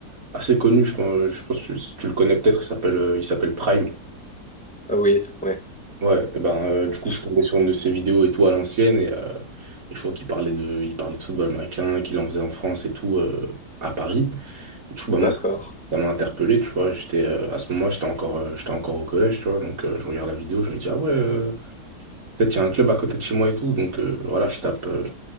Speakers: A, on the right; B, in the centre.
A: assez connu, je pense, je pense que tu, tu le connais peut-être, il s'appelle euh, il s'appelle Prime.
B: Ah oui, ouais.
A: Ouais, et ben, euh, du coup,
B: Je-
A: je suis tombé sur une de ses vidéos et tout à l'ancienne, et, euh, et je crois qu'il parlait de, il parlait de football américain, qu'il en faisait en France et tout, euh, à Paris. Du coup,
B: D'accord.
A: bah, moi, ça, ça m'a interpellé, tu vois. J'étais, euh, à ce moment-là, j'étais encore, euh, j'étais encore au collège, tu vois. Donc, euh, je regarde la vidéo, je me dis, ah ouais, euh, peut-être qu'il y a un club à côté de chez moi et tout. Donc, euh, voilà, je tape, euh,